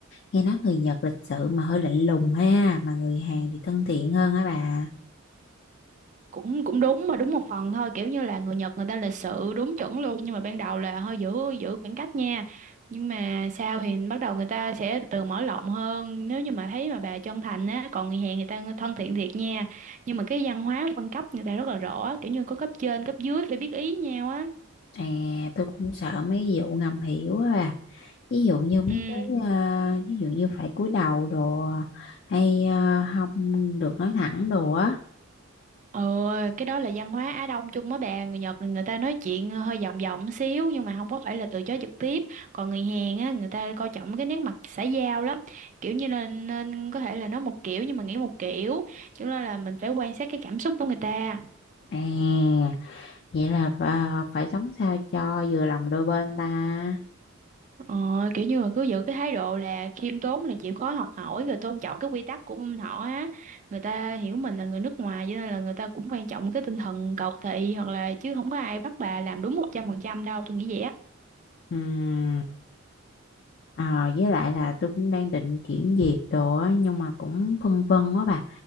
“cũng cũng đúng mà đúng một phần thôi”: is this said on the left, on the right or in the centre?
Right